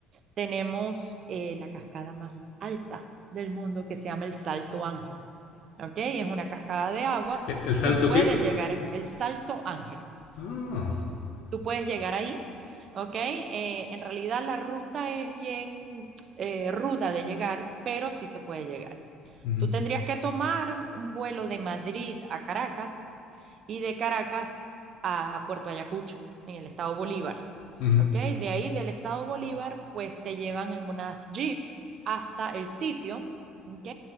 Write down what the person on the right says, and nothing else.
tenemos eh, la cascada más alta del mundo que se llama el Salto Ángel. ¿Ok? Es una cascada de agua.
Tú puedes
llegar, el Salto Ángel,
tú puedes llegar ahí. ¿Ok? Eh, en realidad la ruta es bien eh, ruda de llegar, pero sí se puede llegar.
Tú tendrías que tomar un vuelo de Madrid a Caracas y de Caracas a Puerto Ayacucho, en el estado Bolívar.
¿Ok? De ahí del estado Bolívar, pues te llevan en unas jeep hasta el sitio. ¿Ok?